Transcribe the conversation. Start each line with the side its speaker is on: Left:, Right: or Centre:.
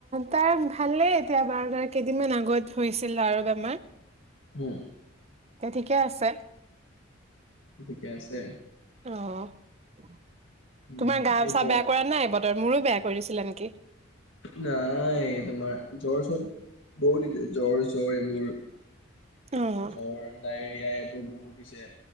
Right: তাইৰ ভালেই এতিয়া বাৰ গাৰ কেইদিনমান আগত হৈছিল আৰু বেমাৰ।
Left: হু।
Right: তে ঠিকে আছে?
Left: ঠিকে আছে?
Right: অহ।
Left: উম
Right: তোমাৰ গাউচা
Left: এই জ্বৰ
Right: বেয়া কৰা নাই? বত মোৰো বেয়া কৰিছিলে নি।
Left: নাই তোমাৰ জৰ চব বও লিতেদ। জ্বৰ জ্বৰ এইব জৰ
Right: অ
Left: জ্বৰ নাইট। ইয়াৰ এইবোৰ বহুত। পিছে